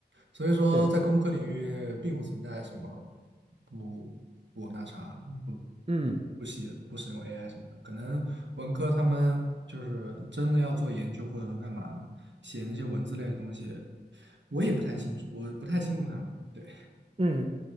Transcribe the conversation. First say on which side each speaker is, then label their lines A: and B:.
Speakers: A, on the right; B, on the right.
A: 所以说，
B: 是，
A: 在工科领域并不存在什么不不那啥，不
B: 嗯
A: 不写不使用 AI 什么的，可能文科他们就是真的要做研究或者说干嘛写那些文字类的东西，我也不太清楚，我不太清楚他们。对，
B: 嗯